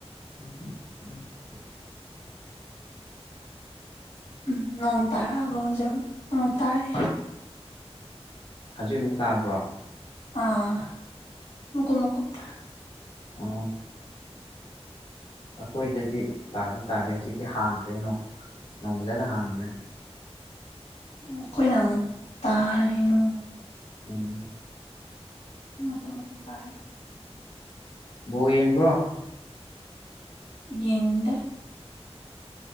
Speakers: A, on the left; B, on the left.
A: ꯎꯝ ꯎꯝ <unintelligible>
B: <inaudible> ꯎꯝ ꯅꯣꯡ ꯇꯥꯔꯛꯑꯕꯣꯖꯦ ꯑꯃꯨꯛ ꯑꯝ ꯇꯥꯔꯛꯑꯦ
A: ꯍꯧꯖꯤꯛꯃꯨꯛ ꯇꯥꯕ꯭ꯔꯣ
B: ꯑꯥ ꯃꯀꯨꯞ ꯃꯀꯨꯞ ꯇꯥ
A: INAUDIBLE ꯑꯩꯈꯣꯏꯗꯗꯤ ꯇꯥꯗꯤ-ꯇꯥꯗꯦ ꯍꯧꯖꯤꯛꯇꯤ ꯍꯥꯡꯈ꯭ꯔꯦ ꯅꯣꯡ ꯅꯣꯡ ꯐꯖꯅ ꯍꯥꯡꯈ꯭ꯔꯦ
B: ꯑꯈꯣꯏꯅ ꯑꯃꯨꯛ ꯇꯥꯔꯤ ꯅꯣꯡ
A: INAUDIBLE
B: ꯃꯀꯨꯨꯞ ꯃꯀꯨꯞ ꯇꯥꯏ
A: ꯕꯣꯜ ꯌꯦꯡꯕ꯭ꯔꯣ
B: ꯌꯦꯡꯗꯦ